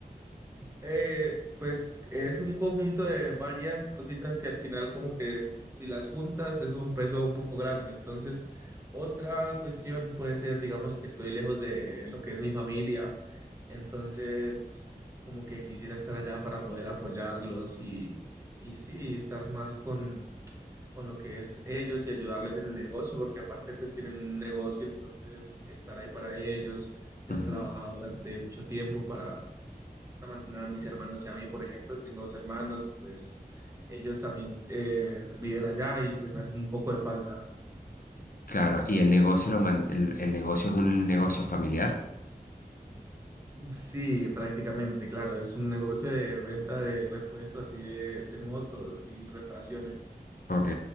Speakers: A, on the right; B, on the left.
A: Eh, pues es un conjunto de varias cositas que al final como que es- si las juntas es un peso un poco grande. Entonces, otra cuestión puede ser, digamos, que estoy lejos de lo que es mi familia. Entonces, como que quisiera estar allá para poder apoyarlos y, y sí, estar más con, con lo que es ellos y ayudarles en el negocio, porque aparte pues tienen un negocio, entonces estar ahí para ellos. Ya
B: Ujú.
A: han trabajado durante mucho tiempo para mantener a mis hermanos y a mí, por ejemplo, tengo dos hermanos y pues ellos también eh, viven allá y pues me hacen un poco de falta.
B: Claro, y el negocio, lo man- el el negocio es un negocio familiar.
A: Sí, prácticamente, claro, es un negocio de venta de repuestos así de, de motos y reparaciones.
B: Ok.